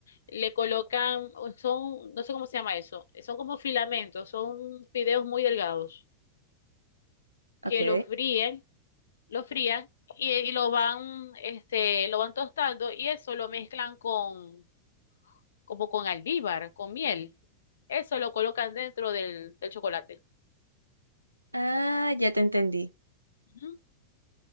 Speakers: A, on the left; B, on the right.
A: Le colocan, son, no sé cómo se llama eso, son como filamentos, son fideos muy delgados que
B: Ok.
A: los fríen, los frían y, y lo van, este, lo van tostando y eso lo mezclan con, como con almíbar, con miel. Eso lo colocan dentro del, del chocolate.
B: Ah, ya te entendí.
A: Ujú.